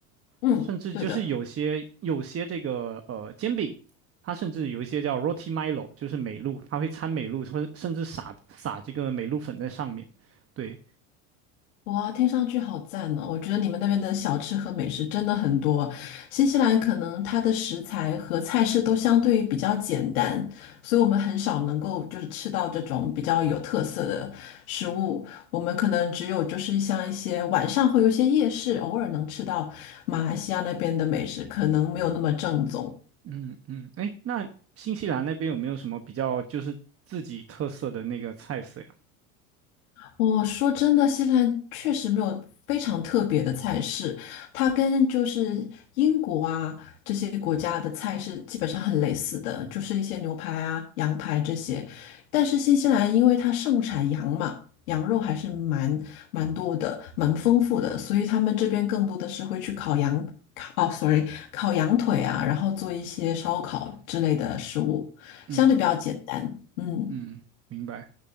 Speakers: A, on the left (about 80°); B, on the right (about 35°).
A: 嗯，
B: 甚至就是有些有些这个呃煎饼，
A: 对的。
B: 它甚至有一些叫 Roti Milo，就是美露，它会掺美露，或者甚至撒撒这个美露粉在上面。对，
A: 哇，听上去好赞哦！我觉得你们那边的小吃和美食真的很多。新西兰可能它的食材和菜式都相对于比较简单，所以我们很少能够就是吃到这种比较有特色的食物。我们可能只有就是像一些晚上会有一些夜市，偶尔能吃到马来西亚那边的美食，可能没有那么正宗。
B: 嗯嗯，哎，那新西兰那边有没有什么比较就是自己特色的那个菜色呀？
A: 我说真的，新西兰确实没有非常特别的菜式，它跟就是英国啊这些国家的菜是基本上很类似的，就是一些牛排啊、羊排这些。但是新西兰因为它盛产羊嘛，羊肉还是蛮蛮多的，蛮丰富的，所以他们这边更多的是会去烤羊，烤，哦，sorry，烤羊腿啊，然后做一些烧烤之类的食物，
B: 嗯。
A: 相对比较简单。嗯，
B: 嗯，明白。